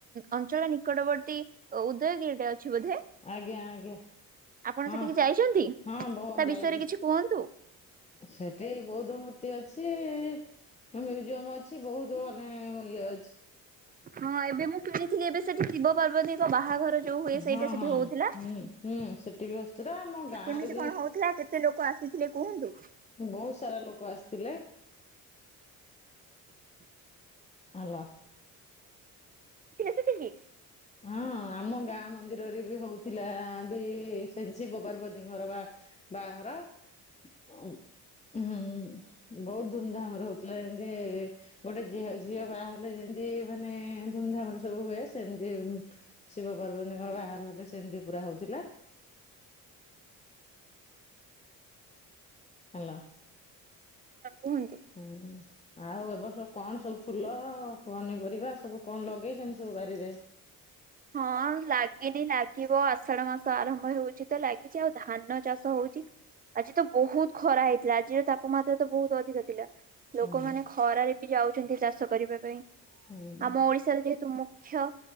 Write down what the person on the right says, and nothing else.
ଅଞ୍ଚଳ ନିକଟବର୍ତ୍ତୀ ଓ ଉଦୟଗିରିଟା ଅଛି ବୋଧେ?
ଆପଣ
ସେଠିକି ଯାଇଚନ୍ତି
ତା
ବିଷୟରେ କିଛି କୁହନ୍ତୁ।
ହଁ ଏବେ ମୁଁ ଶୁଣିଥିଲି ଏବେ ସେଠି ଶିବ ପାର୍ବତୀଙ୍କ ବାହାଘର ଯୋଉ ହୁଏ ସେଇଟା
ସେଠି
ହଉଥିଲା।
କେମିତି
କଣ ହଉଥିଲା କେ ତେ ଲୋକ ଆସିଥିଲେ କୁହନ୍ତୁ?
କିଏ ସେଠିକି
ଆ କୁହନ୍ତୁ।
ହଁ ଲାଗିନି ଲାଗିବ ଆଷାଢ ମାସ ଆରମ୍ଭ ହେଉଛି ତ ଲାଗିଛି ଆଉ ଧାନ ଚାଷ ହଉଛି ଆଜି ତ ବହୁତ ଖରା ହେଇଥିଲା ଆଜିର ତାପମାତ୍ରା ତ ବହୁତ ଅଧିକ ଥିଲା
ଲୋକମାନେ ଖରାରେ ବି ଯାଉଛନ୍ତି ଚାଷ କରିବା ପାଇଁ
ଆମ ଓଡିଶ୍ ସେରା ଯେହେତୁ ମୁଖ୍ୟ